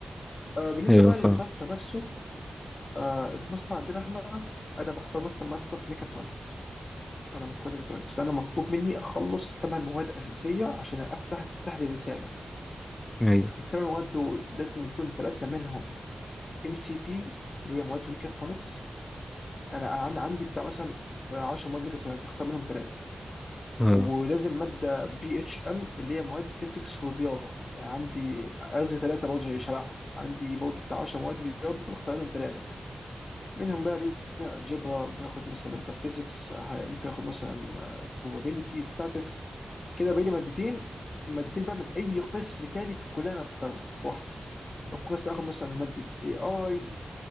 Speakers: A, on the left; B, on the left.
A: آه بالنسبه
B: ايوه
A: بقى
B: فاهم
A: للماستر نفسه آه الماستر عندنا احنا انا بختار مثلا ماستر في ميكاترونكس انا مستني تونكس فانا مطلوب مني اخلص ثمان مواد اساسيه عشان افتح تفتح لي رساله
B: ايوه
A: الثمان مواد دول لازم يكون ثلاثه منهم ام سي تي اللي هي مواد ميكاترونكس انا أنا عندي عندي بتاع مثلا 10 مواد ميكاترونكس بختار منهم ثلاثه
B: اه
A: ولازم ماده بي اتش ام اللي هي مواد فيزيكس ورياضه عندي قصدي ثلاثه برضه زي شبههم عندي برضه بتاع 10 مواد رياضه بختار منهم ثلاثه منهم بقى دي الجبر ممكن اخد مثلا ماده فيزيكس ممكن اخد مثلا آه، probability statics كده بقى لي مادتين مادتين بقى من اي قسم تاني في الكليه انا اختاره لوحدي ممكن بس اخد مثلا ماده اي اي